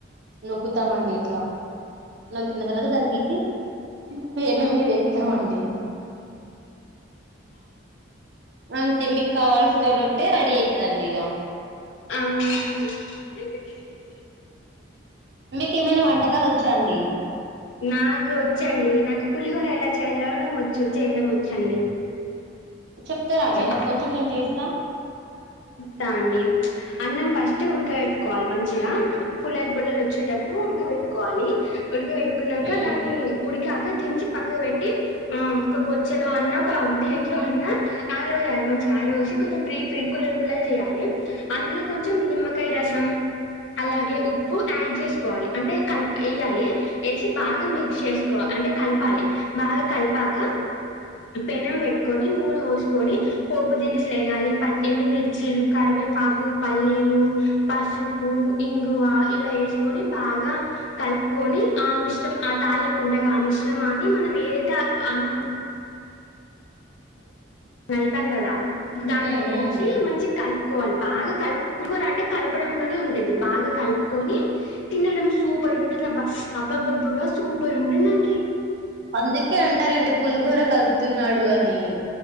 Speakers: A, on the right; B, on the left.
A: నొక్కుతామండీ ఇట్లా వత్తిన తర్వాత దాన్ని తీసీ పెనం మీద ఎత్తామండి అంతే మిక్కావలసిన రొట్టె రెడీ ఐతాదండీ ఇగా
B: అవున
A: మీకు ఏమైన వంటకాలు ఓ వచ్చా అండి
B: నాకు వచ్చండి నాకు పులిహోర ఎలా చేలవడం వచ్చు చేయడం వచ్చండి
A: చెప్తారండీ
B: చెప్
A: నాకు కొంచెం నేను చేస్తా
B: తా అండి అన్నం ఫస్ట్ ఉడకబెట్టుకోవాలి మంచిగా పుల్లలు పుల్లలు వచ్చేటట్టు ఉడకబెట్టుకోవాలి. ఉడిక పెట్టుకున్నాక
A: ఉమ్
B: దాన్ని ఉడికాక దించి పక్క పెట్టి ఆ ఒక బొచ్చలో అన్న ఒక దేంట్లో అన్నా ఆర వేయాలి. మంచిగా ఆర వేసి కొంచెం ఫ్రీ ఫ్రీ కులలు కులలు చేయాలి. అందులో కొంచెం నిమ్మకాయ రసం అలాగే ఉప్పు యాడ్ చేసుకోవాలి. అంటే కలపు వేయాలి వేసి బాగా మిక్స్ చేసుకోవాలి. అంటే కలపాలి బాగా కలిపాక పెనం పెట్టుకొని నూనె పోస్ కొని పోపు దినుసులు వేయాలి ప ఎండుమిర్చీలు కరివేపాకు పల్లీలు పసుపు ఇంగువ ఇలా వేసుకొని బాగా కలుపుకొని ఆ మిశ్రంమం ఆ తాళింపు ఉండగా ఆ మిశ్రమాన్ని మనం ఏతా అన్నం కాలిపాం గదా దాంట్లో
A: ఉమ్
B: పోసి
A: ఉమ్
B: మంచి కల్ కలుపుకోవాలి బాగా కలుపుకో అంటే కలపడంలోనే ఉంటది బాగా కలుపుకొని తినడం సూపర్ ఉంటుంది అబ్బా అబ్బబ్బబ్బబ్బ సూపర్ ఉంటుందండి
A: అందుకే అంటారండి పులిహోరా కలుపుతున్నాడు అని